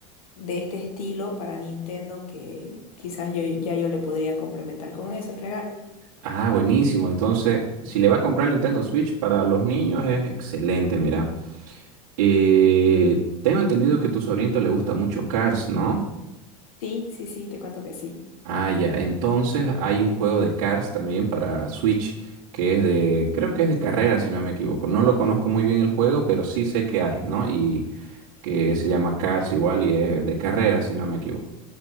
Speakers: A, on the left; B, on the right.
A: de este estilo para Nintendo que quizás yo ya yo le podría complementar con eso el regalo.
B: Ah, buenísimo. Entonces, si le va a comprar el Nintendo Switch para los niños es excelente, mira. Eh, tengo entendido que a tu sobrinito le gusta mucho Cars, ¿no?
A: Sí, sí, sí, te cuento que sí.
B: Ah, ya. Entonces hay un juego de Cars también para Switch que es de, creo que es de carrera, si no me equivoco. No lo conozco muy bien el juego, pero sí sé que hay, ¿no? Y que se llama Cars igual y es de carrera, si no me equivoco.